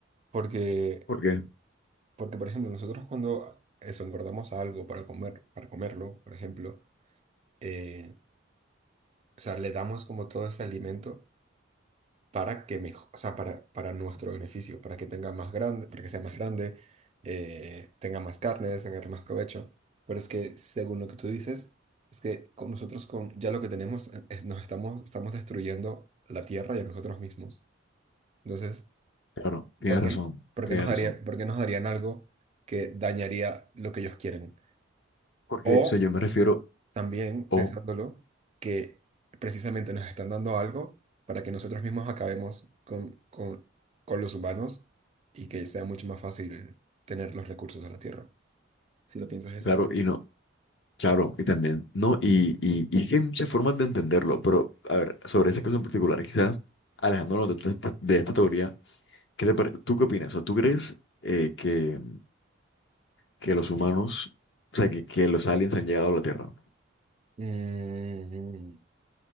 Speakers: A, on the right; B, on the left.
A: Porque,
B: Porque,
A: porque, por ejemplo, nosotros cuando eso, engordamos algo para comer, para comerlo, por ejemplo, eh, o sea, le damos como todo ese alimento para que mejor, o sea, para, para nuestro beneficio, para que tenga más grande, para que sea más grande, eh, tenga más carne, sacarle más provecho. Pero es que, según lo que tú dices, es que con nosotros con ya lo que tenemos, eh, eh, nos estamos, estamos destruyendo la tierra y a nosotros mismos. Entonces,
B: claro, tienes
A: ¿Por qué,
B: razón,
A: por
B: tienes
A: qué nos daría,
B: razón.
A: por qué nos darían algo que dañaría lo que ellos quieren?
B: Porque,
A: O
B: o sea, yo me refiero,
A: también,
B: o,
A: pensándolo, que precisamente nos están dando algo para que nosotros mismos acabemos con, con, con los humanos y que sea mucho más fácil tener los recursos de la Tierra, si lo piensas de
B: claro,
A: esa forma.
B: y no. Claro, y también, no, y, y, y es que hay muchas formas de entenderlo, pero a ver, sobre ese caso en particular, quizás alejándonos de esta, de esta teoría, ¿qué te pare- ¿tú qué opinas? O sea, ¿tú crees eh, que, que los humanos, o sea, que, que los aliens han llegado a la Tierra?
A: Mm,